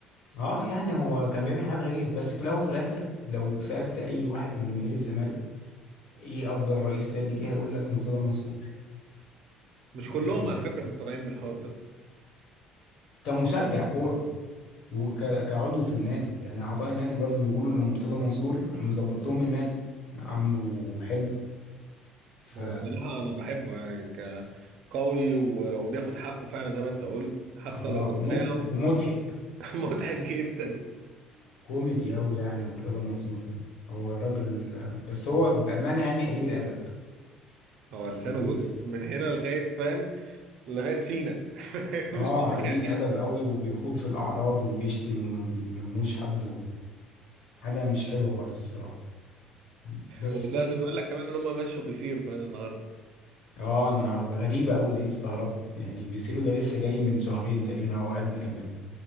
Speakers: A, on the left; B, on the right.
A: اه يعني هو كان بيعمل حاجات غريبة بس في الاول وفي الاخر لو سألت اي واحد من جماهير الزمالك ايه افضل رئيس نادي جه هيقول لك مرتضى منصور
B: مش كلهم
A: ده
B: على
A: ده
B: فكره
A: ك-
B: مقتنعين بالحوار ده
A: كمشجع كورة وكعضو في النادي يعني اعضاء النادي برضو بيقولوا ان مرتضى منصور مظبط لهم النادي عامله حلو ف
B: ما هو بصراحه انا بحبه يعني كقوي و- وبياخد حقه فعلا زي ما انت قلت حتى
A: اه
B: لو بدراعه
A: ومت... ومضحك
B: <laughs> مضحك جدا
A: كوميدي اوي يعني مرتضى منصور ده هو راجل بس هو بأمانة يعني قليل الادب
B: هو لسانه
A: و...
B: بص من هنا لغايه فاهم لغايه سينا <laughs>
A: اه
B: مش طبيعي
A: قليل الادب قوي وبيخوض في الاعراض وبيشتم وما بيهموش حد حاجه مش حلوه خالص الصراحه بس
B: ولا ده بيقول لك كمان ان هم مشوا بيثيروا كمان النهارده
A: اه النهارده غريبه قوي دي استغربت يعني بيسيرو ده لسه جاي من شهرين تقريبا او اقل كمان